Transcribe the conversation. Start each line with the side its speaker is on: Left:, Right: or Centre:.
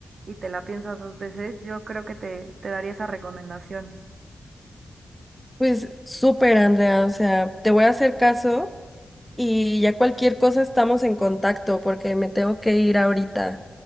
Right: y te la piensas dos veces. Yo creo que te, te daría esa recomendación.
Centre: Pues súper, Andrea, o sea, te voy a hacer caso y ya cualquier cosa estamos en contacto porque me tengo que ir ahorita.